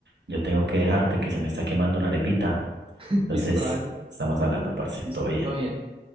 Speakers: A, on the right; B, on the right.
A: Yo tengo que dejarte que se me está quemando una arepita,
B: <laughs>
A: entonces
B: listo, dale,
A: estamos hablando, parce,
B: listo,
A: todo bien.
B: todo bien.